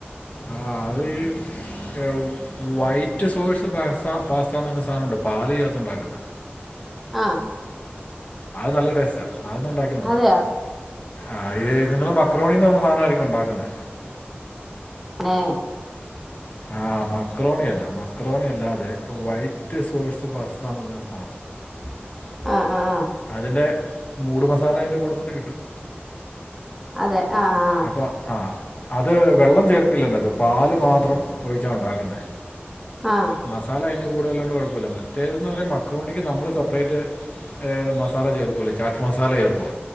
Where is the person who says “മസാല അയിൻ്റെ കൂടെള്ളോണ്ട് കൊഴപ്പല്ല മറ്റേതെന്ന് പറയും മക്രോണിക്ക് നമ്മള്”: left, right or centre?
Left